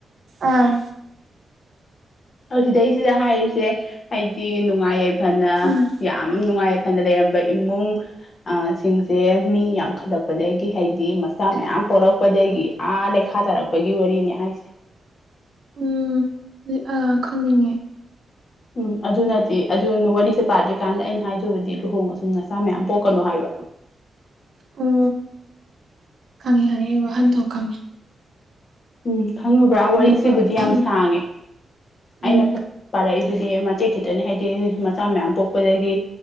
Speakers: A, on the right; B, on the left.
A: ꯑꯥ
B: ꯑꯗꯤꯗꯩꯁꯤꯗ ꯍꯥꯏꯔꯤꯁꯦ ꯍꯥꯏꯗꯤ ꯅꯨꯡꯉꯥꯏ ꯌꯥꯏꯐꯅ
A: ꯎꯝ
B: ꯌꯥꯝ ꯅꯨꯡꯉꯥꯏ ꯌꯥꯏꯐꯅ ꯂꯩꯔꯝꯕ ꯏꯃꯨꯡ ꯁꯤꯡꯁꯦ ꯃꯤ ꯌꯥꯝꯈꯠꯂꯛꯄꯗꯒꯤ ꯍꯥꯏꯗꯤ ꯃꯆꯥ ꯃꯌꯥꯝ ꯄꯣꯛꯂꯛꯄꯗꯒꯤ ꯑꯥ ꯂꯩꯈꯥ ꯇꯥꯔꯛꯄꯒꯤ ꯋꯥꯔꯤꯅꯤ ꯍꯥꯏꯁꯦ
A: ꯎꯝ ꯍꯨꯖꯤꯛ ꯑꯥ ꯈꯪꯉꯤꯅꯦ
B: ꯎꯝ ꯑꯗꯨꯅꯗꯤ ꯑꯗꯨ ꯋꯥꯔꯤꯁꯦ ꯄꯥꯗ꯭ꯔꯤꯀꯥꯟꯗ ꯑꯩꯅ ꯍꯥꯏꯗꯨꯕꯗꯤ ꯂꯨꯍꯣꯡꯉꯁꯨ ꯅꯆꯥ ꯃꯌꯥꯝ ꯄꯣꯛꯀꯅꯣ ꯍꯥꯏꯕ
A: ꯑꯣ ꯈꯪꯉꯦ ꯈꯪꯉꯦ ꯑꯩ ꯋꯥꯍꯟꯊꯣꯛ ꯈꯪꯉꯦ
B: ꯎꯝ ꯈꯪꯉꯨꯕ꯭ꯔꯥ ꯋꯥꯔꯤꯁꯤꯕꯨꯗꯤ
A: ꯑꯗꯨꯒ
B: ꯌꯥꯝ
A: ꯎꯝ
B: ꯁꯥꯡꯉꯦ ꯑꯩꯅ
A: ꯎꯝ
B: ꯄꯥꯔꯛꯏꯗꯨꯗꯤ ꯃꯇꯦꯛ ꯈꯤꯇꯅꯤ ꯍꯥꯏꯗꯤ ꯃꯆꯥ ꯃꯌꯥꯝ ꯄꯣꯛꯄꯗꯒꯤ